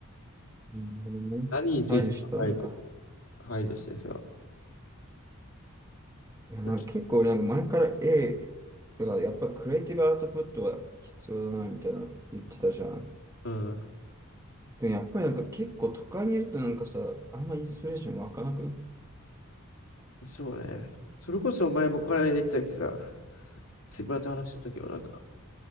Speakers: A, on the right (about 15°); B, on the left (about 75°).
A: うんなるほどね。
B: 何について考えることを排除してさ、
A: 対処したのか。いや、なんか結構俺なんか前から
B: だ
A: A、だからやっぱクリエイティブアウトプットは必要だなみたいな言ってたじゃん。
B: うん。
A: でもやっぱりなんか結構都会にいるとなんかさ、あんまインスピレーション湧かなくね。
B: そうね。それこそ前もこの間言ってたけどさ、つぶらと話した時はなんか、